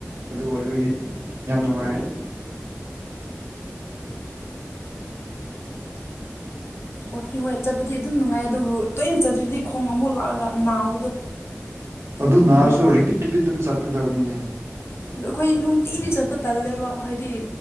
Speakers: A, on the right; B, on the left.
A: ꯑꯗꯨ ꯑꯣꯏꯕꯒꯤ ꯌꯥꯝ ꯅꯨꯡꯉꯥꯏꯌꯦ
B: ꯑꯣ ꯍꯣꯏ ꯆꯠꯄꯗꯤ ꯑꯗꯨꯝ ꯅꯨꯡꯉꯥꯏ ꯑꯗꯨꯕꯨ ꯇꯣꯏꯅ ꯆꯠꯇ꯭ꯔꯗꯤ ꯈꯣꯡ ꯑꯃꯨꯛ ꯂꯥꯛꯑꯒ ꯅꯥꯕꯗꯣ <inaudible>
A: ꯑꯗꯨ
B: ꯈꯣꯡꯒꯨꯝꯕ
A: ꯅꯥꯔꯁꯨ ꯔꯤꯄꯤꯠ ꯔꯤꯄꯤꯠ ꯑꯗꯨꯝ ꯆꯠꯄꯤꯗꯧꯅꯤꯅꯦ
B: ꯑꯗꯣ ꯑꯩꯈꯣꯏ ꯅꯨꯡꯇꯤꯗꯤ ꯆꯠꯄ ꯇꯜꯂꯦꯕ ꯍꯥꯏꯗꯤ